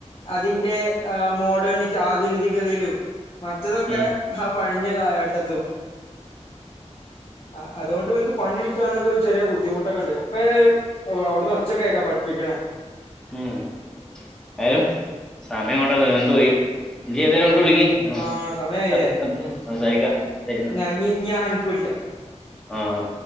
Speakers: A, on the left; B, in the centre.
A: അതിന്റെ മോഡേൺ ആധുനികികതയിലും മറ്റതൊക്കെ
B: ഉം
A: ആഹ പഴഞ്ചൻ കാലഘട്ടത്തും ആഹ അതുകൊണ്ട് ഇവർക്ക് പണിടിക്കാനൊക്കൊരു ചെറിയ ബുദ്ധിമുട്ടൊക്കെ ഉണ്ട് ഇപ്പോ ഏതായും അവിടുന്ന് ഒച്ചക്ക കേക്ക പഠിപ്പിക്കണേ
B: ഉം ആലും സമയം കടെ കണ്ടു പോയി ഈ ഏതനും അങ്ങോട്ട് വിളിക്കി ആഹ
A: ആ സമയായില്ലേ ഉം
B: സംസാരിക്കാം ശരിന്ന
A: ഞാൻ ഇനി ഞാൻ അനക്ക് വിളിക്കാം
B: ആഹ